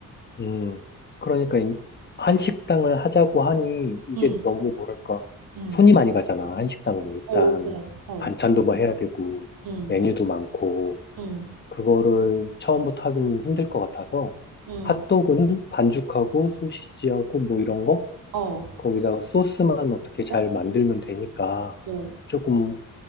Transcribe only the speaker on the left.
음, 그러니까 이- 한식당을 하자고 하니 이게
너무 뭐랄까
손이 많이 가잖아. 한식당은 일단
반찬도 뭐 해야 되고
메뉴도 많고
그거를 처음부터 하긴 힘들 것 같아서
핫도그는 반죽하고 소시지하고 뭐 이런 거
거기다가 소스만 어떻게 잘
만들면 되니까
조금